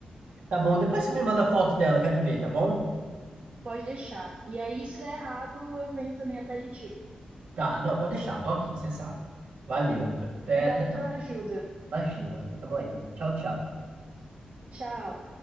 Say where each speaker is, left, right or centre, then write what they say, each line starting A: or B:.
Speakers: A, on the right; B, on the right.
A: tá bom, depois você me manda foto dela, quero ver, tá bom?
B: Pode deixar. E aí, se der errado, eu venho também atrás de ti.
A: Tá, não, pode deixar, tô aqui, você sabe. Valeu, até,
B: Obrigada
A: até-
B: pela ajuda.
A: imagina, tamo aí. Tchau, tchau.
B: Tchau.